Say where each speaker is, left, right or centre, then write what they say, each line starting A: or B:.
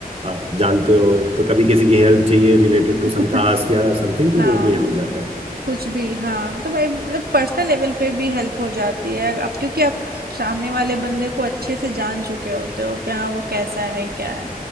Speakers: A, on the right (about 40°); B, on the right (about 80°).
A: आप जानते हो तो कभी किसी की हेल्प चाहिए रिलेटेड टू
B: हम्म।
A: सम टास्क या समथिंग तो
B: हाँ
A: वो भी हो जाता
B: कुछ भी हाँ मतलब भाई मतलब पर्सनल लेवल पे भी हेल्प हो जाती है अब क्योंकि आप सामने वाले बंदे को अच्छे से जान चुके होते हो कि हाँ वो कैसा है क्या है